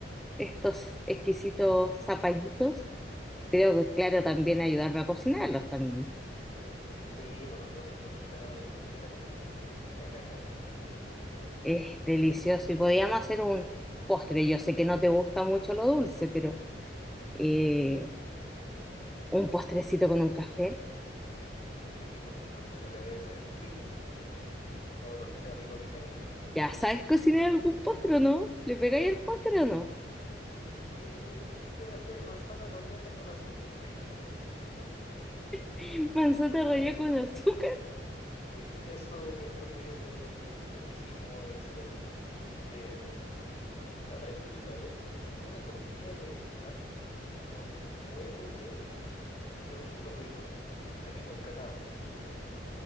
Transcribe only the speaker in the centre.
estos exquisitos zapallitos Creo que, claro, también ayudarme a cocinarlos también.
Es delicioso. Y podíamos hacer un postre. Yo sé que no te gusta mucho lo dulce, pero eh, un postrecito con un café.
¿Ya sabes cocinar algún postre o no? ¿Le pegáis el postre o no?
<laughs> Manzana rallada
con azúcar.